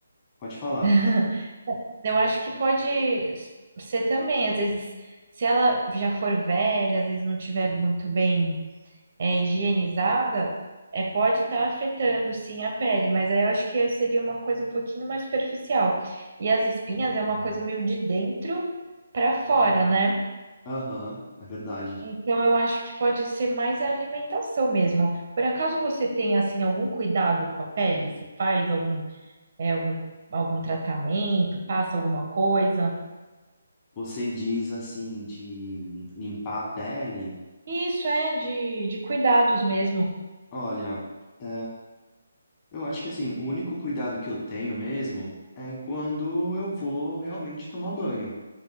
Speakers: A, on the left (about 25°); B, on the right (about 50°).
A: pode falar.
B: ah. Eu acho que pode ser também, às vezes, se ela já for velha, às vezes não tiver muito bem é, higienizada, é, pode estar afetando sim a pele, mas aí eu acho que seria uma coisa um pouquinho mais superficial. E as espinhas é uma coisa meio de dentro para fora, né?
A: Aham, é verdade.
B: Então eu acho que pode ser mais a alimentação mesmo. Por acaso você tem assim algum cuidado com a pele? Você faz algum, é, algum, algum tratamento, passa alguma coisa?
A: Você diz assim de limpar a pele?
B: E Isso é de, de cuidados mesmo.
A: Olha, é, eu acho que assim, o único cuidado que eu tenho mesmo é quando eu vou realmente tomar banho.